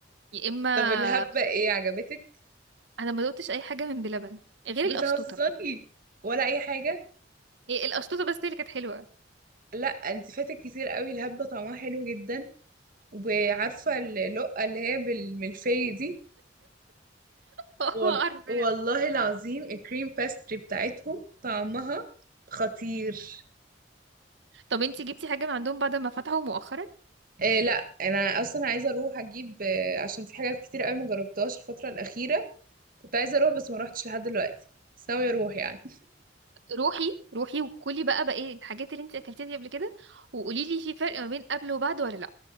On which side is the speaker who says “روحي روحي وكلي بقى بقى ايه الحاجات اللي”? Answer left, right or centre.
Right